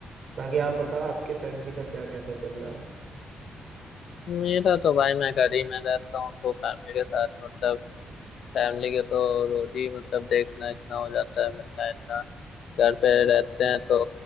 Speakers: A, on the right; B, on the left.
A: बाकी आप बताओ आपके फैमिली का क्या कैसा चल रहा है
B: मेरा तो भाई मैं घर ही में रहता हूँ तो फैमिली के साथ मतलब फैमिली के तो रोज ही मतलब देखना इतना हो जाता है मिलना इतना घर पे रहते हैं तो